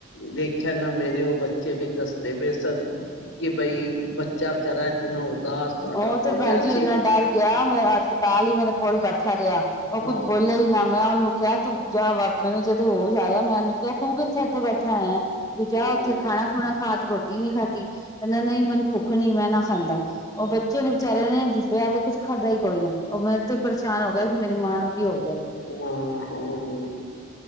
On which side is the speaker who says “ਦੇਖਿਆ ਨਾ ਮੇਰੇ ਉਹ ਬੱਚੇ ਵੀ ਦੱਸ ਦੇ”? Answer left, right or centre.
Left